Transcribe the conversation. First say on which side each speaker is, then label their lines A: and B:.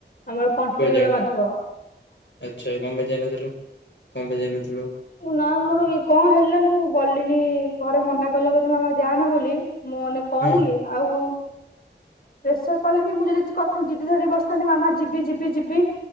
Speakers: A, on the left; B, on the left.
A: ଆମର କଣ୍ଟ
B: କୋଉ
A: ନୀଳ
B: ଜାଗା
A: ମାଧବ
B: ଆଚ୍ଛା କଣ ପାଇଁ ଯାଇନଥିଲୁ କଣ ପାଇଁ ଯାଇନଥିଲୁ
A: ନା ମୋର ଇଏ କଣ ହେଲା ମୁଁ ଗଲିନି ଘରେ ମନା କଲେ ଗ <unintelligible> ମାମା ଯାଆନା ବୋଲି ମୁଁ ମାନେ କହିଲି
B: ହୁଁ
A: ଆଉ ପ୍ରେସର କଲିି ମୁଁ ଯଦି କଥା ଯିଦି ଧରି ବସିଥାନ୍ତି ମାମା ଯିବି ଯିବି ଯିବି